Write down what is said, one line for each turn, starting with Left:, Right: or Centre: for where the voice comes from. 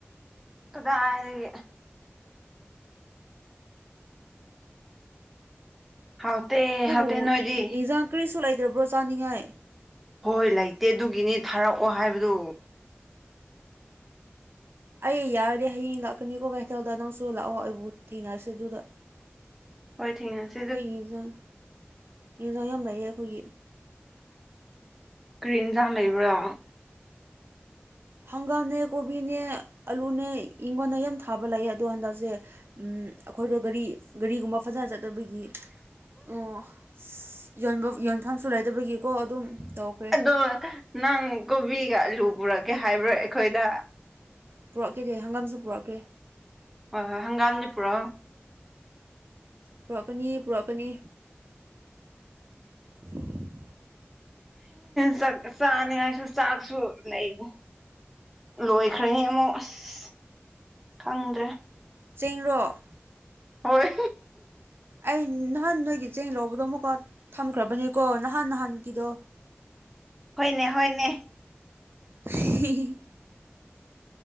Centre: ꯀꯗꯥꯏꯗꯒꯤ ꯍꯥꯎꯇ
Right: ꯅꯣꯏꯕꯨ
Centre: ꯍꯥꯎꯇ ꯅꯣꯏꯗꯤ
Right: ꯌꯦꯟꯁꯥꯡ ꯀꯔꯤꯁꯨ ꯂꯩꯇ꯭ꯔꯕ꯭ꯔꯣ ꯆꯥꯅꯤꯡꯉꯥꯏ
Centre: ꯍꯣꯏ ꯍꯣꯏ ꯂꯩꯇꯦ ꯑꯗꯨꯒꯤꯅꯤ ꯊꯥꯔꯛꯑꯣ ꯍꯥꯏꯕꯗꯨ
Right: ꯑꯩ ꯌꯥꯔꯗꯤ ꯍꯌꯦꯡ ꯂꯥꯛꯀꯅꯤꯀꯣ ꯀꯩꯊꯦꯜꯗ ꯅꯪꯁꯨ ꯂꯥꯛꯑꯣ ꯑꯩꯕꯨ ꯊꯦꯡꯅꯔꯁꯤ ꯑꯗꯨꯗ
Centre: ꯍꯣꯏ ꯊꯦꯡꯅꯁꯤ
Right: ꯑꯩꯈꯣꯏ ꯌꯦꯟꯖꯥꯡ ꯌꯦꯟꯁꯥꯡ ꯌꯥꯝ ꯂꯩꯌꯦ ꯑꯩꯈꯣꯏꯒꯤ
Centre: ꯀꯔꯤ ꯍꯦꯟꯖꯟ ꯂꯩꯕ꯭ꯔꯣ
Right: ꯍꯪꯒꯥꯝꯅꯦ ꯀꯣꯕꯤꯅꯦ ꯑꯂꯨꯅꯦ ꯑꯩꯉꯣꯟꯗ ꯌꯥꯝ ꯊꯥꯕ ꯂꯩꯌꯦ ꯑꯗꯣ ꯍꯟꯗꯛꯁꯦ ꯑꯩꯈꯣꯏꯗꯣ ꯒꯥꯔꯤ ꯒꯥꯔꯤꯒꯨꯝꯕ ꯐꯖꯅ ꯆꯠꯕꯒꯤ ꯑꯣ ꯌꯣꯟꯐꯝ ꯌꯣꯟꯐꯝꯁꯨ ꯂꯩꯗꯕꯒꯤꯀꯣ ꯑꯗꯨꯝ ꯇꯧꯈ꯭ꯔꯦ꯫
Centre: ꯑꯗꯣ ꯅꯪ ꯀꯣꯕꯤꯒ ꯑꯂꯨ ꯄꯨꯔꯛꯀꯦ ꯍꯥꯏꯕ꯭ꯔꯣ ꯑꯩꯈꯣꯏꯗ꯫
Right: ꯄꯨꯔꯛꯀꯦꯗꯤ ꯍꯪꯒꯥꯝꯁꯨ ꯄꯨꯔꯛꯀꯦ꯫
Centre: ꯍꯣꯏ ꯍꯣꯏ ꯍꯪꯒꯥꯝꯅꯤ ꯄꯨꯔꯣꯛꯑꯣ꯫
Right: ꯄꯨꯔꯥꯛꯀꯅꯤ ꯄꯨꯔꯥꯀꯅꯤ꯫ ꯎꯝ <unintelligible>
Centre: ꯆꯥꯛ ꯆꯥꯅꯤꯡꯉꯥꯏꯁꯨ ꯆꯥꯛꯁꯨ ꯂꯩꯅꯤ, ꯂꯣꯏꯈ꯭ꯔ‌ꯦ ꯍ‌ꯦ, ꯑꯃꯨꯛ ꯑꯁ ꯈꯪꯗ꯭ꯔꯦ꯫
Right: ꯆꯦꯡꯔ‌ꯣ꯫
Centre: ꯍꯣꯏ
Right: ꯑꯩ ꯅꯍꯥꯟ ꯅꯣꯏꯒꯤ ꯆꯦꯡ ꯂꯧꯕꯗꯣ ꯑꯃꯨꯛꯀ ꯊꯝꯈ꯭ꯔꯕꯅꯤꯀꯣ ꯅꯍꯥꯟ ꯅꯍꯥꯟꯒꯤꯗꯣ꯫
Centre: ꯍꯣꯏꯅꯦ-ꯍꯣꯏꯅꯦ
Right: ꯍꯤ ꯍꯤ ꯍꯤ